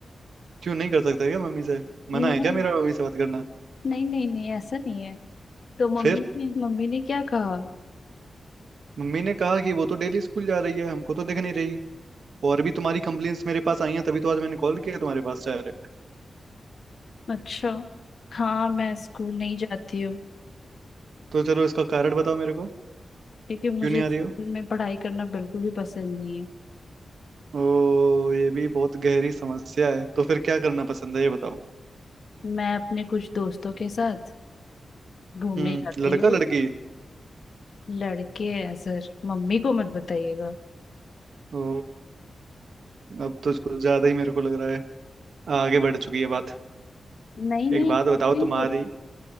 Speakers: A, on the right; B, on the left.
A: क्यों नहीं कर सकता क्या मम्मी से मना
B: नहीं
A: है क्या मेरा मम्मी से बात करना
B: नहीं नहीं नहीं ऐसा नहीं है तो मम्मी
A: फिर
B: ने मम्मी ने क्या कहा
A: मम्मी ने कहा कि वो तो डेली स्कूल जा रही है हमको तो दिख नहीं रही और भी तुम्हारी कंप्लेंट्स मेरे पास आई हैं तभी तो आज मैंने कॉल किया तुम्हारे पास डायरेक्ट
B: अच्छा हाँ मैं स्कूल नहीं जाती हूँ
A: तो चलो इसका कारण बताओ मेरे को
B: क्योंकि मुझे
A: क्यों नहीं आ रही
B: स्कूल
A: हो
B: में पढ़ाई करना बिल्कुल भी पसंद नहीं है
A: ओ ये भी बहुत गहरी समस्या है तो फिर क्या करना पसंद है ये बताओ
B: मैं अपने कुछ दोस्तों के साथ घूमने
A: हम्म
B: जाती
A: लड़का
B: हूँ
A: लड़की
B: लड़के हैं सर मम्मी को मत बताइएगा
A: ओ अब तो कुछ ज्यादा ही मेरे को लग रहा है आगे बढ़ चुकी है बात
B: नहीं नहीं
A: एक बात
B: कुछ
A: बताओ
B: नहीं
A: तुम्हारी
B: बट